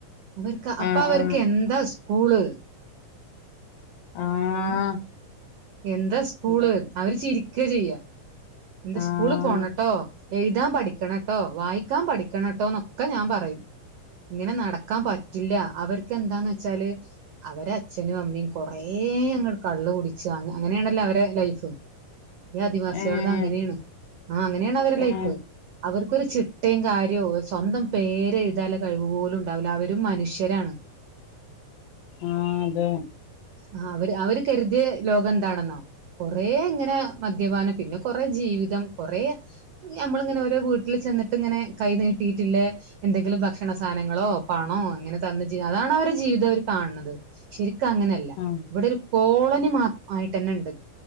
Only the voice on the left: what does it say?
ആഹ്
ആഹ്
ആഹ്
അതെ
ആഹ്
ഏഹ്
ഏഹ്
ആഹ് അതെ
ആഹ്